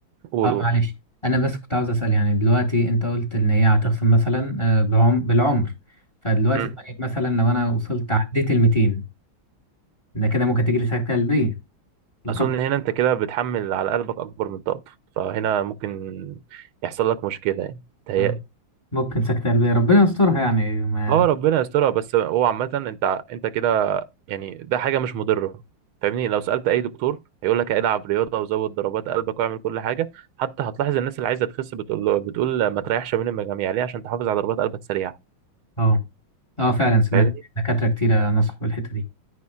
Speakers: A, on the right; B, on the left.
A: قول
B: اه معلش انا بس كنت عاوز اسال يعني دلوقتي انت قلت ان هي هتخصم مثلا آه، بعم... بالعمر فدلوقتي
A: امم
B: طيب مثلا لو انا وصلت عديت ال 200 ده كده ممكن تجي لي سكته قلبيه لقد
A: اظن هنا انت كده بتحمل على قلبك اكبر من طاقته فهنا ممكن يحصل لك مشكله يعني تهيألي
B: آه، ممكن سكته قلبيه ربنا يسترها يعني ما
A: اه ربنا يسترها بس هو عامة انت انت كده يعني ده حاجة مش مضرة فاهمني لو سألت أي دكتور هيقول لك العب رياضة وزود ضربات قلبك واعمل كل حاجة حتى هتلاحظ الناس اللي عايزة تخس بتقول له بتقول ما تريحش بين المجاميع ليه عشان تحافظ على ضربات قلبك سريعة
B: اه اه فعلا سمعت
A: فاهمني
B: دكاتره كتيره نصحوا بالحته دي